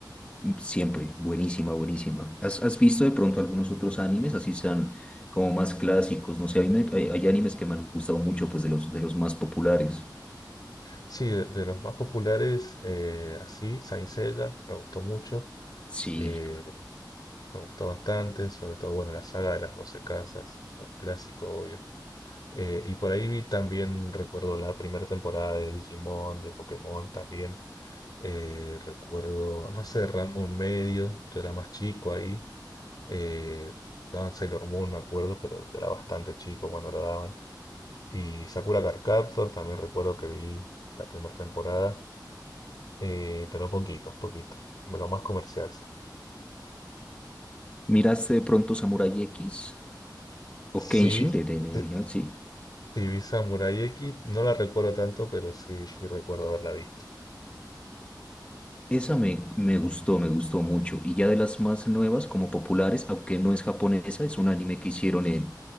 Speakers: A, on the left; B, on the left.
A: siempre, buenísima, buenísima. ¿Has, has visto de pronto algunos otros animes, así sean como más clásicos? No sé, a mí me- hay, hay animes que me han gustado mucho, pues de los, de los más populares.
B: Sí, de, de los más populares, eh, así, Saint Seiya, me gustó mucho,
A: Sí,
B: eh, me gustó bastante, sobre todo, bueno, la saga de las 12 casas, un clásico, obvio. Eh, y por ahí vi también, recuerdo la primera temporada de Digimon, de Pokémon también. Eh, recuerdo, no sé, Ranma medio, yo era más chico ahí. Eh, daban Sailor Moon, me acuerdo, pero era bastante chico cuando lo daban. Y Sakura Card Captor también recuerdo que vi la primera temporada, eh, pero poquito, poquito. Lo más comercial, sí.
A: ¿miraste de pronto Samurai X o
B: Sí,
A: Kenshin de, de de
B: sí,
A: original? Sí.
B: sí vi Samurai X, no la recuerdo tanto, pero sí, sí recuerdo haberla visto.
A: Esa me, me gustó, me gustó mucho. Y ya de las más nuevas, como populares, aunque no es japonesa, es un anime que hicieron en,